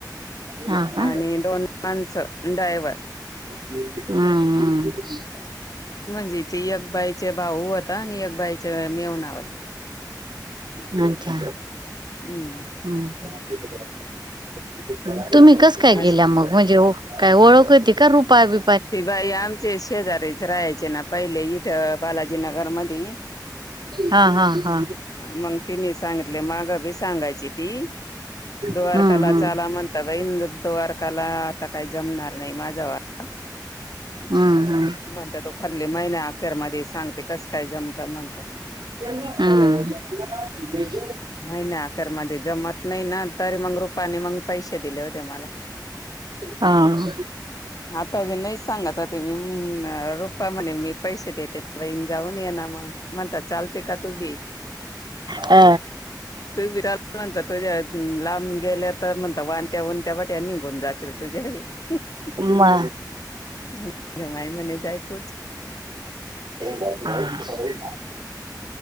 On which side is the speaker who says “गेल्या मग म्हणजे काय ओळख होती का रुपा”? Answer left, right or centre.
Right